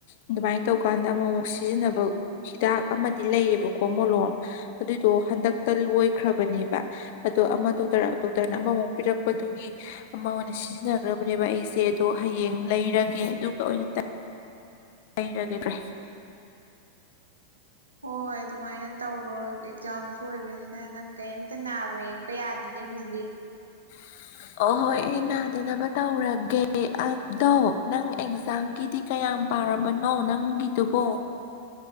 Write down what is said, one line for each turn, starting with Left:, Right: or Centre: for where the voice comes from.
Left: ꯑꯗꯨꯃꯥꯏꯅ
Right: ꯎꯝ
Left: ꯇꯧꯀꯥꯟꯗ ꯑꯃꯨꯛ ꯑꯃꯨꯛ ꯁꯤꯖꯤꯟꯅꯕ ꯍꯤꯗꯥꯛ ꯑꯃꯗꯤ ꯂꯩꯌꯦꯕꯀꯣ ꯃꯣꯂꯣꯝ ꯑꯗꯨꯏꯗꯣ ꯍꯟꯗꯛꯇ ꯂꯣꯏꯈ꯭ꯔꯕꯅꯦꯕ ꯑꯗꯣ ꯑꯃ ꯗꯣꯛꯇꯔ ꯗꯣꯛꯇꯔꯅ ꯑꯃꯃꯨꯛ ꯄꯤꯔꯛꯄꯗꯨꯒꯤ ꯑꯃ ꯑꯣꯏꯅ ꯁꯤꯖꯤꯟꯅꯈ꯭ꯔꯕꯅꯦꯕ ꯑꯩꯁꯦ ꯑꯗꯣ ꯍꯌꯦꯡ ꯂꯩꯔꯒꯦ ꯑꯗꯨꯒ ꯑꯣꯏꯅ ꯂꯩꯔꯒꯗ꯭ꯔꯦ
Right: ꯍꯣꯏ ꯑꯗꯨꯃꯥꯏꯅ ꯇꯧꯔꯣ ꯑꯦꯛꯖꯥꯝꯁꯨ ꯑꯣꯏꯕꯅꯤꯅ ꯅꯪ ꯀꯔꯤꯝꯇ ꯅꯥꯕ ꯌꯦꯛꯄ ꯌꯥꯗꯦ ꯍꯧꯖꯤꯛ
Left: <unintelligible> ꯑꯣꯍꯣꯏ ꯑꯩ ꯅꯥꯗꯅꯕ ꯇꯧꯔꯒꯦ ꯑꯗꯣ ꯅꯪ ꯑꯦꯛꯖꯥꯝꯒꯤꯗꯤ ꯀꯌꯥꯝ ꯄꯥꯔꯕꯅꯣ ꯅꯪꯒꯤꯗꯨꯕꯣ